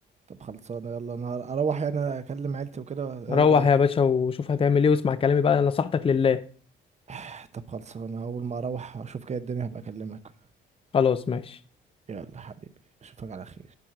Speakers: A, on the right; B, on the left.
A: طب خلصانه يلا انا اروح يعني اكلم عيلتي وكده
B: روح
A: ايه رايك
B: يا باشا وشوف هتعمل ايه واسمع كلامي بقى نصيحتك لله
A: <sighs> طب خلصانه اول ما اروح اشوف كده الدنيا هبقى اكلمك
B: خلاص ماشي
A: يلا حبيبي اشوفك على خير